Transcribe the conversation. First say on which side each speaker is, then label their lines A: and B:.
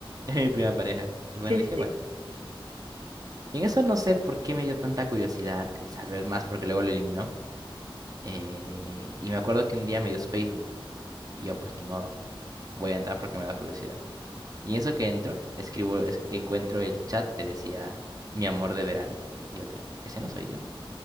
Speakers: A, on the right; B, on the right.
A: Era mi primera pareja. Y bueno,
B: Sí,
A: dije,
B: sí,
A: bueno.
B: sí.
A: Y en eso no sé por qué me dio tanta curiosidad el saber más porque luego lo eliminó. Eh, y me acuerdo que un día me dio su Facebook. Y yo, pues ni modo, voy a entrar porque me da curiosidad. Y en eso que entro, escribo, es- encuentro el chat que decía mi amor de verano. Y yo de, ese no soy yo.